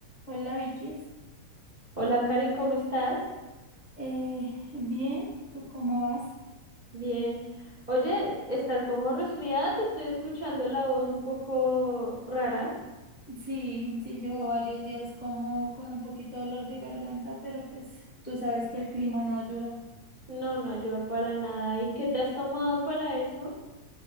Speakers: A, on the left (about 80°); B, on the right (about 75°).
A: Hola Vicky,
B: Hola Karen, ¿cómo estás?
A: eh, bien, ¿tú cómo vas?
B: Bien. Oye, ¿estás como resfriada? Te estoy escuchando la voz un poco rara.
A: Sí, sí, llevo varios días como con un poquito de dolor de garganta, pero pues tú sabes que el clima no ayuda.
B: No, no ayuda para nada. ¿Y qué te has tomado para eso?